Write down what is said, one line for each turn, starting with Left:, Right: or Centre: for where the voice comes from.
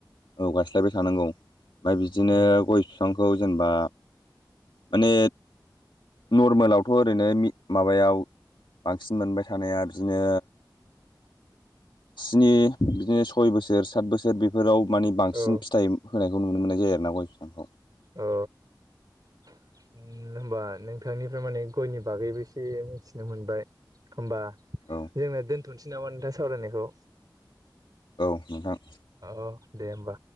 Left: औ गायस्लायबाय थानांगौ ओमफ्राय बिदिनो
Right: उम
Left: गय बिफां खौ जेनेबा माने नरमेलावथ' ओरैनो माबायाव बांसिन मोनबाय थानाया बिदिनो स्नि बिदिनो सय बोसोर सात बोसोर बेफोराव मानि बांसिन
Right: औ
Left: फिथाइ होनायखौ नुनो मोननाय जायो आरो ना गय फिफांखौ।
Right: ओ। होनबा नोंथांनिफ्राय माने गयनि बागैबो एसे मिथिनो मोनबाय होनबा
Left: औ
Right: जोंना दोनथ'नोसै नामा नोंथां सावरायनायखौ
Left: औ नोंथां ‌।
Right: औ दे होमबा।